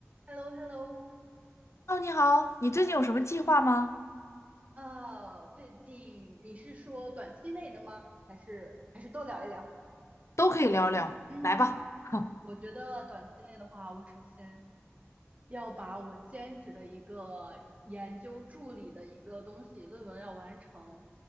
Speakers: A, on the right; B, on the left.
A: h e l l o h e l l o
B: 哦，你好，你最近有什么计划吗？
A: 呃，最近你是说短期内的吗？还是还是多聊一聊？
B: 都可以聊聊，
A: 嗯，
B: 来吧。
A: 好，
B: <laughs>
A: 我觉得短期内的话，我首先要把我兼职的一个研究助理的一个东西论文要完成。